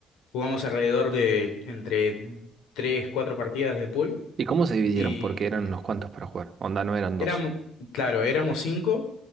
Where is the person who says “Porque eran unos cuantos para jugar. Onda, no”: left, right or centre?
Right